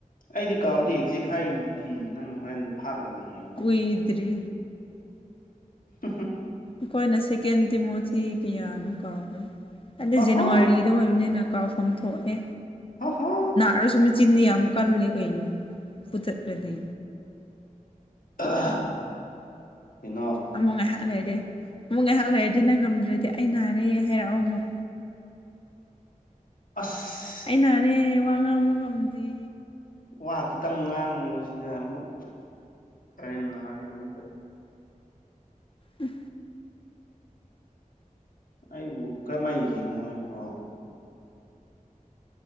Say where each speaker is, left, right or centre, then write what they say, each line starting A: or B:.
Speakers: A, on the left (about 90°); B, on the left (about 40°).
A: ꯑꯩꯗꯤ ꯀꯥꯎꯗꯦ ꯑꯦꯛꯖꯦꯛ ꯍꯥꯏꯔꯤꯗꯨꯗꯤ ꯅꯪ ꯍꯣꯔꯦꯟ ꯐꯥꯛꯂꯒ ꯌꯦꯡꯉꯨ
B: ꯀꯨꯏꯗ꯭ꯔꯤ
A: ꯑꯍꯝ
B: ꯑꯈꯣꯏꯅ ꯁꯦꯀꯦꯟ ꯇꯤꯃꯣꯊꯤ ꯀꯌꯥꯅꯣ ꯀꯥꯎꯈ꯭ꯔꯦ ꯑꯗꯨ
A: ꯍꯥꯍꯥ
B: ꯖꯦꯅꯋꯥꯔꯤ ꯗ ꯑꯣꯏꯕꯅꯤꯅ ꯀꯥꯎꯐꯝ ꯊꯣꯛꯑꯦ
A: ꯑꯍꯥ
B: ꯑꯗꯨꯁꯨ ꯃꯆꯤꯟꯗꯤ ꯌꯥꯝ ꯀꯜꯂꯦ ꯀꯩꯅꯣ ꯐꯨꯊꯠꯂꯗꯤ
A: ꯑꯥ ꯀꯩꯅꯣ
B: ꯑꯃꯨꯛ ꯉꯥꯏꯍꯥꯛ ꯂꯩꯔꯗꯤ ꯑꯃꯨꯛ ꯉꯥꯏꯍꯥꯛ ꯂꯩꯔꯗꯤ ꯅꯪ ꯉꯝꯗ꯭ꯔꯗꯤ ꯑꯩ ꯅꯥꯔꯦ ꯍꯥꯏꯔꯛꯑꯣ ꯑꯃꯨꯛ
A: ꯑꯁ
B: ꯑꯩ ꯅꯥꯔꯦ ꯋꯥ ꯉꯥꯡꯕ ꯉꯝꯗꯦ
A: ꯋꯥ ꯈꯤꯇꯪ ꯉꯥꯡꯕꯁꯤꯗ ꯑꯃꯨꯛ ꯀꯔꯦꯝꯅꯔꯦ ꯑꯃꯨꯛꯀ
B: ꯎꯝ
A: ꯑꯩꯕꯨ ꯀꯔꯝꯃꯥꯏꯅ ꯍꯤꯡꯉꯣ ꯍꯥꯏꯕ꯭ꯔꯣ